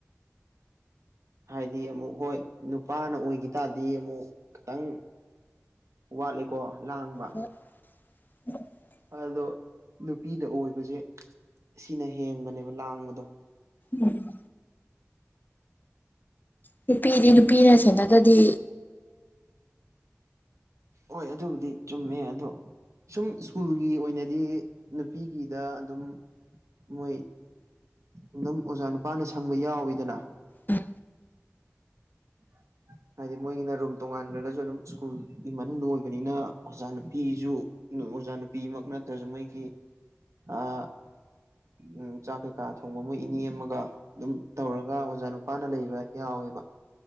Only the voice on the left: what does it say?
<inaudible>
ꯎꯝ ꯅꯨꯄꯤꯗꯤ ꯅꯨꯄꯤꯅ ꯁꯦꯟꯅꯗ꯭ꯔꯗꯤ
ꯎꯝ